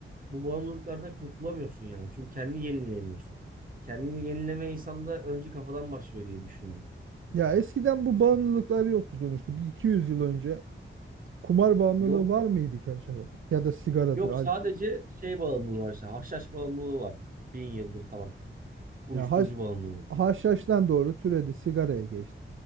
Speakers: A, on the right; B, on the right.
A: bu bağımlılıklardan kurtulamıyorsun yani. Çünkü kendini yenileyemiyorsun. Kendini yenileme insanda önce kafadan başlıyor diye düşünüyorum.
B: ya eskiden bu bağımlılıklar yoktu sonuçta. Bir 200 yıl önce kumar bağımlılığı
A: Yok
B: var mıydı ki acaba? Ya da sigaradır.
A: yok
B: al-
A: sadece şey bağımlılığı var işte. Haşhaş bağımlılığı var. Bin yıldır falan. Uyuşturucu
B: Ya haş,
A: bağımlılığı.
B: haşhaştan doğru türedi sigaraya geçti.